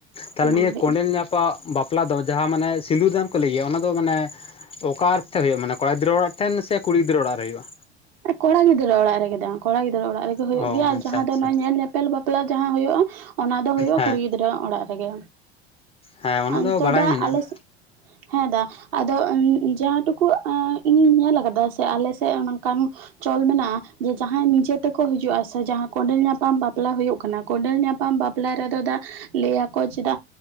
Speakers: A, on the left (about 20°); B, on the right (about 60°).
A: ᱛᱟᱦᱞᱮ
B: ᱚᱱᱟᱜᱮ
A: ᱱᱤᱭᱟᱹ ᱠᱚᱸᱰᱮᱞ ᱧᱟᱯᱟᱢ ᱵᱟᱯᱞᱟ ᱫᱚ ᱡᱟᱦᱟᱸ ᱢᱟᱱᱮ ᱥᱤᱸᱫᱩᱨ ᱫᱟᱱ ᱠᱚ ᱞᱟᱹᱭᱜᱮᱭᱟ ᱚᱱᱟ ᱫᱚ ᱢᱟᱱᱮ᱾ ᱚᱠᱟ ᱴᱮᱱ ᱦᱩᱭᱩᱜᱼᱟ ᱢᱟᱱ ᱠᱚᱲᱟ ᱜᱤᱫᱽᱨᱟᱹ ᱚᱲᱟᱜᱴᱷᱮᱱ ᱥᱮ ᱠᱩᱲᱤ ᱜᱤᱫᱽᱨᱟᱹ ᱚᱲᱟᱜ ᱨᱮ ᱦᱩᱭᱩᱜᱼᱟ
B: ᱠᱚᱲᱟ ᱜᱤᱫᱽᱨᱟᱹ ᱚᱲᱟᱜ ᱨᱮᱜᱮ ᱫᱟ ᱠᱚᱲᱟ ᱜᱤᱫᱽᱨᱟᱹ ᱚᱲᱟᱜ ᱨᱮᱜᱮ ᱦᱩᱭᱩᱜ
A: ᱚ
B: ᱜᱮᱭᱟ ᱟᱨ
A: ᱟᱪᱪᱷᱟ
B: ᱡᱟᱦᱟᱸ
A: ᱟᱪᱪᱷᱟ
B: ᱫᱚ ᱧᱮᱞ ᱧᱮᱯᱮᱞ ᱧᱮᱯᱮᱞ ᱵᱟᱯᱞᱟ ᱡᱟᱸᱦᱳᱭᱳᱜᱼᱟ ᱚᱱᱟ ᱫᱚ ᱦᱩᱭᱩᱜᱼᱟ
A: ᱦᱮᱸ
B: ᱠᱩᱲᱤ ᱜᱤᱫᱽᱨᱟᱹ ᱟ ᱚᱲᱟᱜ ᱨᱮᱜᱮ
A: ᱦᱮᱸ ᱚᱱᱟ
B: ᱚᱱᱛᱮ
A: ᱫᱚ ᱵᱟᱲᱟᱭ
B: ᱫᱟ
A: ᱢᱮᱱᱟᱜᱼᱟ
B: ᱟᱞᱮ ᱦᱮᱸ ᱫᱟ ᱟᱫᱚ ᱡᱟᱦᱟᱸᱴᱩᱠᱩ ᱤᱧ ᱧᱮᱞ ᱟᱠᱟᱫᱟ ᱥᱮ ᱟᱞᱮᱥᱮᱫ ᱱᱚᱝᱠᱟᱱ ᱪᱚᱞ ᱢᱮᱱᱟᱜᱼᱟ ᱡᱮ ᱡᱟᱦᱟᱸᱭ ᱱᱤᱡᱮ ᱛᱮᱠᱚ ᱦᱤᱡᱩᱜᱼᱟ, ᱥᱮ ᱡᱟᱦᱟᱸ ᱠᱚᱸᱰᱮᱞ ᱧᱟᱯᱟᱢ ᱵᱟᱯᱞᱟ ᱦᱩᱭᱩᱜ ᱠᱟᱱᱟ᱾ ᱠᱚᱸᱰᱮᱞ ᱧᱟᱯᱟᱢ ᱵᱟᱯᱞᱟ ᱵᱟᱯᱞᱟ ᱨᱮ ᱫᱚ ᱫᱟ ᱞᱟᱹᱭᱟᱠᱚ ᱪᱮᱫᱟ